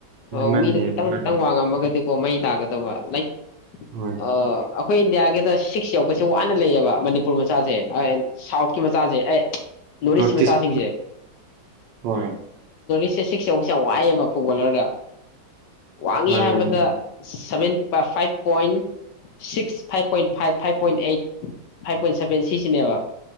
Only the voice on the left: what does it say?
ꯑꯣ
ꯃꯤꯗꯣ ꯈꯤꯇꯪ
ꯈꯤꯇꯪ ꯋꯥꯡꯉꯝꯃꯒꯗꯤ ꯑꯣ ꯃꯩ ꯇꯥꯒꯗꯕ ꯂꯥꯏꯛ
ꯑꯥ ꯑꯩꯈꯣꯏ ꯏꯟꯗꯤꯌꯥꯒꯤꯗ ꯁꯤꯛꯁ ꯌꯧꯕꯁꯦ ꯋꯥꯅ ꯂꯩꯌꯦꯕ ꯃꯅꯤꯄꯨꯔ ꯃꯆꯥꯁꯦ ꯁꯥꯎꯠꯀꯤ ꯃꯆꯥꯁꯦ ꯑꯦ ꯅꯣ ꯏꯁ
ꯁꯤ ꯃꯆꯥꯁꯤꯡꯁꯦ
ꯁꯤꯁ ꯁꯤꯛꯁꯁꯤ ꯑꯣ ꯄꯩꯁ ꯋꯥꯛꯏꯌꯦꯕ ꯐꯨꯠꯕꯣꯂꯔꯗꯣ ꯋꯥꯡꯉꯤ
ꯍꯥꯏꯕꯗ
seven five point six five point five five point eight five point seven ꯁꯤꯁꯤꯅꯦꯕ